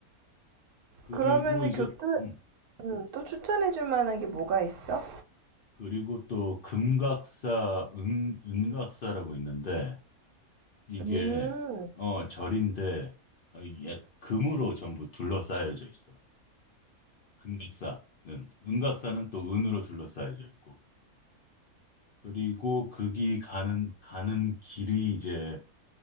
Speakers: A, on the left; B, on the right.
A: 그리고
B: 그러면은
A: 이제,
B: 교토,
A: 음,
B: 음, 또 추천해줄 만한 게 뭐가 있어?
A: 그리고 또 금각사, 은, 은각사라고 있는데 이게,
B: 음,
A: 어, 절인데 어, 이게 금으로 전부 둘러싸여져 있어. 금각사는. 은각사는 또 은으로 둘러싸여져 있고. 그리고 거기 가는 가는 길이 이제